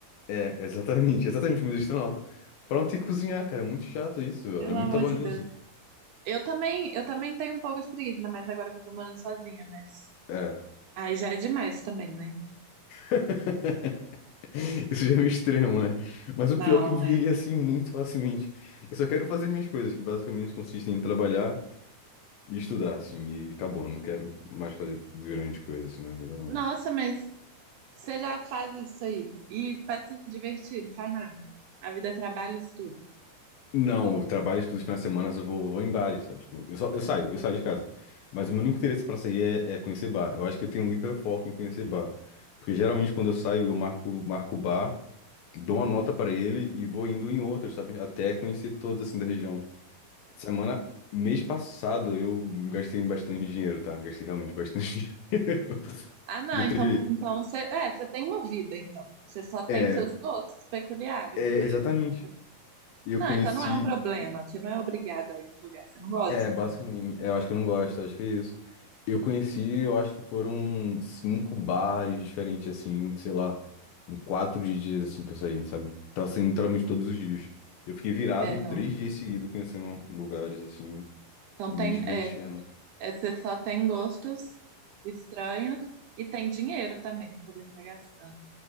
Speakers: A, on the left; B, on the right.
A: É, exatamente, exatamente como de astronauta. Pra não ter que cozinhar, cara. É muito chato isso, velho.
B: Pelo
A: É muito
B: amor
A: trabalhoso.
B: de Deus. Eu também, eu também tenho um pouco de preguiça, ainda mais agora que eu tô morando sozinha, mas
A: É.
B: aí já é demais também, né?
A: <laughs> Isso já é um extremo, né? Mas o
B: Não,
A: pior é que eu viveria
B: é.
A: assim muito facilmente. Eu só quero fazer minhas coisas, que basicamente consistem em trabalhar e estudar, assim, e acabou. Não quero mais fazer grande coisa assim na vida, não.
B: Nossa, mas você já faz isso aí. E pra se divertir, não faz nada. A vida é trabalho e estudo.
A: Não, eu trabalho, estudo os finais de semana, eu vou, vou em bares, sabe? Tipo, eu, só, eu saio, eu saio de casa. Mas o meu único interesse pra sair é, é conhecer bar. Eu acho que eu tenho um hiperfoco em conhecer bar. Porque geralmente quando eu saio, eu marco, marco bar, dou uma nota pra ele e vou indo em outros, sabe? Até conhecer todos, assim, da região. Semana, mês passado eu gastei bastante dinheiro, tá? Gastei realmente bastante <laughs> dinheiro.
B: Ah, não,
A: Porque
B: então,
A: teve.
B: então você, é, você tem uma vida, então. Você só tem
A: É,
B: seus doces peculiares,
A: é,
B: mas
A: exatamente.
B: então você-
A: E eu
B: Não,
A: conheci.
B: então não é um problema. Você não é obrigada a ir nos lugares. Você não gosta,
A: É, basicamente.
B: pelo menos.
A: é, Eu acho que eu não gosto, eu acho que é isso. Eu conheci, eu acho que foram cinco bares diferentes, assim, sei lá, em quatro dias, assim, que eu saí, sabe? Tava saindo literalmente todos os dias. Eu fiquei virado
B: É,
A: três
B: não.
A: dias seguidos, conhecendo lugares, assim,
B: Então
A: e
B: tem,
A: me divertindo.
B: é, é, você só tem gostos estranhos e tem dinheiro também pra poder ficar gastando.